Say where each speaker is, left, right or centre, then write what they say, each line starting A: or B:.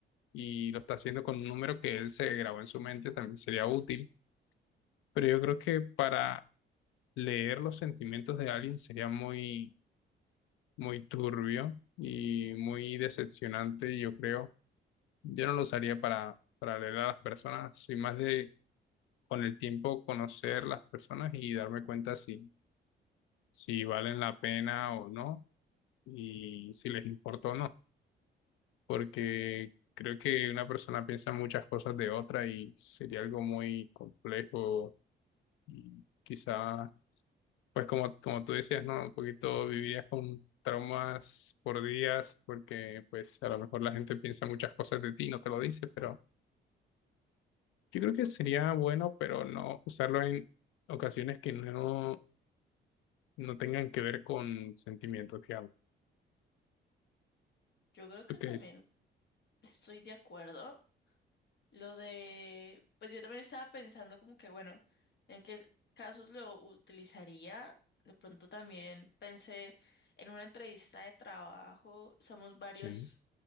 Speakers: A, on the left; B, on the left.
A: y lo está haciendo con un número que él se grabó en su mente, también sería útil, pero yo creo que para leer los sentimientos de alguien sería muy, muy turbio y muy decepcionante, yo creo. Yo no lo usaría para, para leer a las personas, soy más de con el tiempo conocer las personas y darme cuenta si, si valen la pena o no y si les importa o no. porque creo que una persona piensa muchas cosas de otra y sería algo muy complejo y quizá, pues como, como tú decías, ¿no? Un poquito vivirías con traumas por días porque pues a lo mejor la gente piensa muchas cosas de ti, y no te lo dice, pero yo creo que sería bueno, pero no usarlo en ocasiones que no, no tengan que ver con sentimientos, digamos.
B: Yo creo que
A: ¿Tú qué
B: también
A: dices?
B: Estoy de acuerdo. Lo de, pues yo también estaba pensando como que, bueno, en qué casos lo utilizaría. De pronto también pensé en una entrevista de trabajo, somos varios
A: Sí,